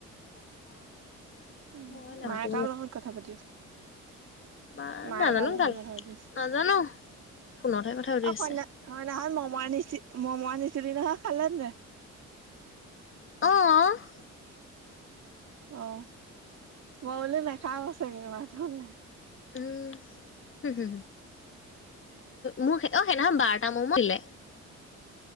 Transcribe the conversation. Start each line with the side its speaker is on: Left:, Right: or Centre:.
Left: <unintelligible>
Right: উম,
Left: নাতো
Right: মায়ে কাৰ লগত কথা পাতি
Left: মা
Right: মায়ে
Left: নাজানো
Right: কাৰ লগত
Left: ভালকে,
Right: কথা পাতি আছে
Left: নাজানো ফোনতহে কথা পাতি
Right: অ'
Left: আছে
Right: কইনা, হয়নাখন মম আনিচি মম আনিছিলি নহয় খালে নাই?
Left: অ', অ'।
Right: অ' মই বোলো নেখাও চাগে ইমান দুওলে।
Left: উম, হু, হু।
Right: <unintelligible>
Left: মোক অ' সেইদিনাখন বাৰটা মম দিলে।